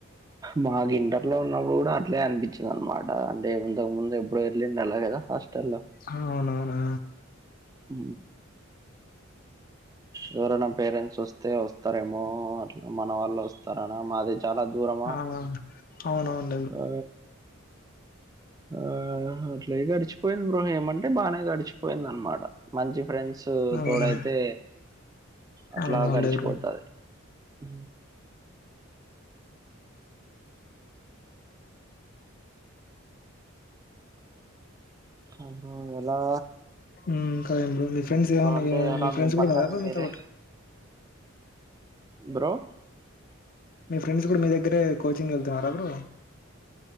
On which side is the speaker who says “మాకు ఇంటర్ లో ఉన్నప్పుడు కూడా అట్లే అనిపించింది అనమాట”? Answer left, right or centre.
Right